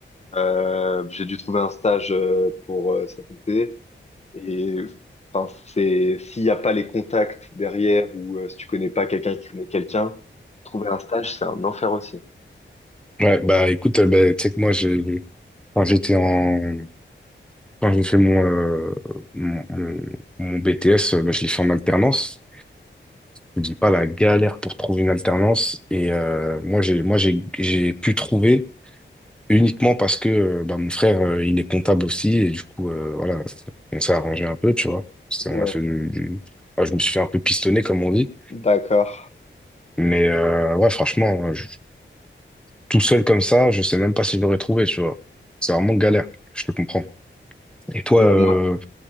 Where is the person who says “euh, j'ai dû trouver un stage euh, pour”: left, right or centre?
Left